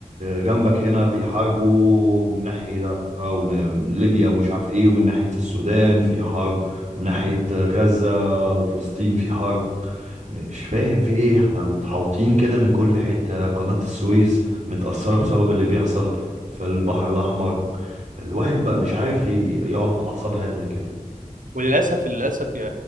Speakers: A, on the right; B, on the right.
A: جنبك هنا بيحاربوا من ناحية أو من من ليبيا ومش عارف ايه ومن ناحية السودان في حرب من ناحية غزة وفلسطين في حرب مش فاهم في ايه احنا متحوطين كده من كل حتة قناة السويس متأثرة بسبب اللي بيحصل في البحر الأحمر الواحد بقى مش عارف ي- يقعد بأعصاب هادية كده
B: وللاسف للاسف يا